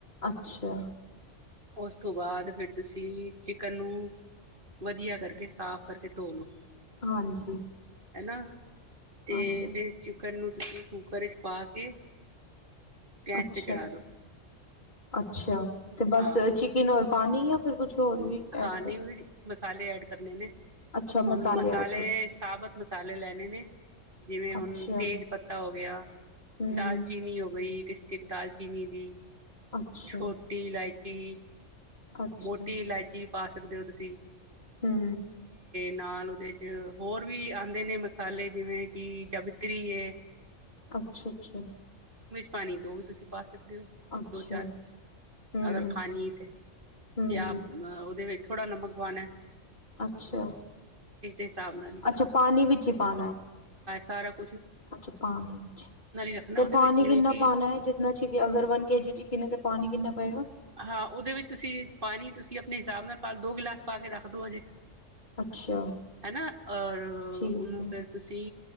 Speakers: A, on the left; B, on the right.
A: ਅੱਛਾ।
B: ਉਸ ਤੋ ਬਾਅਦ ਫਿਰ, ਤੁਸੀਂ ਚਿਕਨ ਨੂੰ ਵਧੀਆ ਕਰਕੇ ਸਾਫ ਕਰਕੇ ਧੋ ਲੋ।
A: ਹਾਂਜੀ।
B: ਹੇਨਾ ਤੇ
A: ਹਾਂਜੀ
B: ਫੇਰ ਚਿਕਰ ਨੂੰ ਤੁਸੀਂ ਕੂਕਰ ਵਿੱਚ ਪਾ ਕੇ ਗੈਸ
A: ਅੱਛਾ।
B: ਤੇ ਚੜ੍ਹਾ ਦੋ
A: ਅੱਛਾ। ਤੇ ਬਸ
B: ਹਾਂ
A: ਚਿਕਨ ਔਰ ਪਾਨੀ ਆ ਫਿਰ ਕੁਛ ਹੋਰ ਵੀ
B: ਹਾਂ,
A: ਐਡ
B: ਨਹੀਂ
A: ਕਰ
B: ਉਹਦੇ ਚ ਬਸ ਮਸਾਲੇ ਐਡ ਕਰਨੇ ਨੇ।
A: ਅੱਛਾ
B: ਹੁਣ ਮਸਾਲੇ,
A: ਐਡ ਕਰਨੇ
B: ਸਾਬਤ ਮਸਾਲੇ ਲੈਣੇ ਨੇ। <inaudible> ਜਿਵੇਂ ਹੁਣ
A: ਅੱਛਾ
B: ਤੇਜ ਪੱਤਾ ਹੋ ਗਿਆ,
A: ਹਮ
B: ਦਾਲਚੀਨੀ ਹੋ ਗਈ, ਇੱਕ ਸਟਿਕ ਦਾਲਚੀਨੀ ਦੀ,
A: ਅੱਛਾ
B: ਛੋਟੀ ਇਲਾਇਚ ਜੇ
A: ਅੱਛਾ
B: ਮੋਟੀ ਇਲਾਇਚੀ ਪਾ ਸਕਦੇ ਹੋ ਤੁਸੀਂ‌।
A: ਹੂੰ
B: ਨਾਲ ਉਹਦੇ ਚ ਹੋਰ ਵੀ ਆਉਂਦੇ ਨੇ ਮਸਾਲੇ, ਜਿਵੇਂ ਕਿ ਜਵੀਤਰੀ ਏ
A: ਅੱਛਾ, ਅੱਛਾ।
B: ਪਾਣੀ ਦੋਗੇ, ਤੁਸੀ ਪਾਸ ਸਕਦੇ <inaudible>
A: ਅੱਛਾ
B: ਦੋ ਚਾਰ
A: ਹੂੰ
B: ਅਗਰ ਖਾਣੀ ਤਾਂ
A: ਹੂੰ
B: ਤੇ ਆਪ
A: ਹੂੰ
B: ਨ ਅ ਦੇ ਵਿੱਚ ਥੋੜਾ ਨਮਕ ਪਾਣਾ ਏ
A: ਅੱਛਾ-ਅੱਛਾ
B: ਹਿਸਾਬ ਨਾਲ ਹੀ
A: ਪਾਨੀ ਵਿੱਚ ਹੀ ਪਾਨਾ ਐ?
B: ਸਾਰ
A: ਅੱਛਾ ਪਾਣੀ ਵਿੱਚ।
B: ਰੱਖਣਾ
A: ਤੇ,
B: ਉਹਦੇ
A: ਪਾਨੀ
B: ਵਿੱਚ ਜਿਵੇਂ
A: ਕਿੰਨਾ
B: ਕਿ
A: ਪਾਨਾ? ਜਿਨਾ ਚ ਅਗਰ ਵਨ ਕੇਜੀ ਚ, ਕਿ ਤੇ ਪਾਨੀ ਕਿੰਨਾ ਪਏਗਾ
B: ਹਾਂ, ਉਹਦੇ ਵਿੱਚ ਤੁਸੀਂ ਪਾਨੀ, ਤੁਸੀਂ ਆਪਣੇ ਹਿਸਾਬ ਨਾਲ ਪਾ ਦੋ ਗਿਲਾਸ ਪਾ ਕੇ ਰੱਖ ਦੋ ਹਜੇ
A: ਅੱਛਾ
B: ਹਨਾ, ਔਰ
A: ਠੀਕ
B: ਉਹਨੂੰ
A: ਹੈ
B: ਫੇਰ ਤੁਸੀਂ